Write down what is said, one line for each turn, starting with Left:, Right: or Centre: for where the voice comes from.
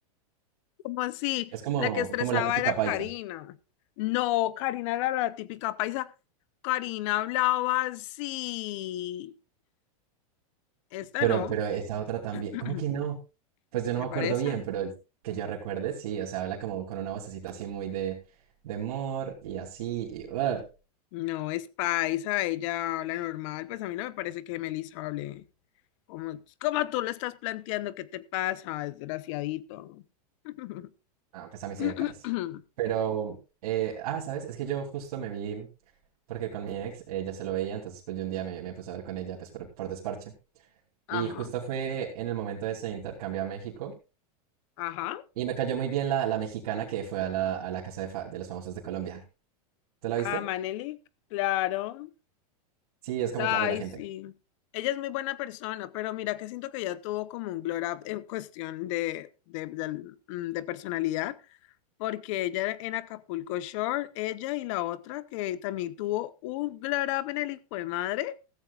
Left: ¿Cómo así?
Right: Es como,
Left: La que estresaba
Right: como la típica
Left: era
Right: paisa.
Left: Karina. No, Karina era la típica paisa. Karina hablaba así. Esta
Right: Pero,
Left: no,
Right: pero esa otra también,
Left: <clears throat>
Right: ¿cómo que no? Pues yo no
Left: ¿te
Right: me acuerdo
Left: parece?
Right: bien, pero el que yo recuerde, sí, o sea, habla como con una vocecita así muy de, de amor y así, y ¡ah!
Left: No, es paisa, ella habla normal, pues a mí no me parece que Melissa hable como, como tú lo estás planteando, ¿qué te pasa, desgraciadito? <coughs>
Right: Ah, pues a mí sí
Left: <clears throat>
Right: me parece. Pero, eh, ah, ¿sabes? Es que yo justo me vi, porque con mi ex ella se lo veía, entonces pues yo un día me, me puse a ver con ella, pues por, por desparche.
Left: Ajá,
Right: Y justo fue en el momento de ese intercambio a México,
Left: ajá.
Right: y me cayó muy bien la, la mexicana que fue a la, a la casa de, fa- de los famosos de Colombia. ¿Tú la viste?
Left: Ah, Manelik, claro.
Right: Sí, es como
Left: Ay,
Right: toda buena gente.
Left: sí. Ella es muy buena persona, pero mira que siento que ella tuvo como un glow up en cuestión de, de, del- mm, de personalidad, porque ella en Acapulco Shore, ella y la otra que también tuvo un glow up en el hijo de madre.